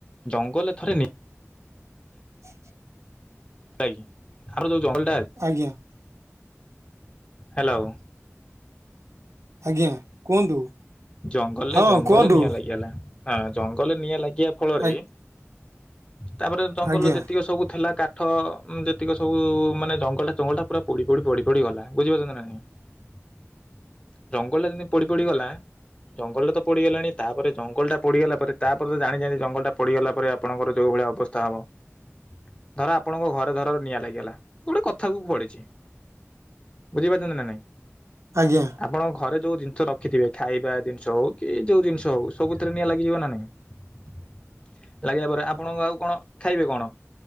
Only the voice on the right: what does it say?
ଆ
ଆଜ୍ଞା।
ଆଜ୍ଞା କୁହନ୍ତୁ।
ହଁ
କୁହନ୍ତୁ
ଆଜ୍ଞା
ଆଜ୍ଞା
ଆଜ୍ଞା